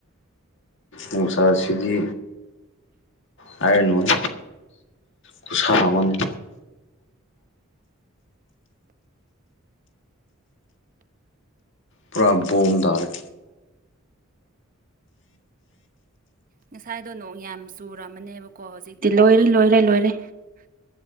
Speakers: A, on the left; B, on the right.
A: ꯅꯨꯡꯁꯥꯁꯤꯗꯤ ꯍꯥꯏꯔꯅꯨꯍꯦ ꯈꯨꯨꯁꯥ ꯑꯃꯅꯤ ꯄꯨꯔꯥ ꯕꯣꯝ ꯗꯥꯔꯦ
B: ꯉꯁꯥꯏꯗꯣ ꯅꯣꯡ ꯌꯥꯝ ꯆꯨꯔꯦ ꯔꯅꯦꯕꯀꯣ ꯍꯧꯖꯤꯛꯇꯤ ꯂꯣꯏꯔꯦ ꯂꯣꯏꯔꯦ ꯂꯣꯏꯔꯦ